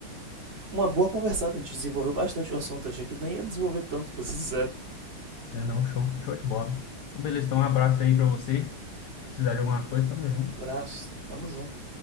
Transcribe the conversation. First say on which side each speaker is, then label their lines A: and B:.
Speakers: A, on the right (about 60°); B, on the left (about 75°).
A: uma boa conversada. A gente desenvolveu bastante o assunto. Achei que nem ia desenvolver tanto, pra ser sincero.
B: É, não, show, show de bola. Então, beleza, então um abraço aí pra você. Se precisar de alguma coisa, tamo junto.
A: Abraço, tamo junto.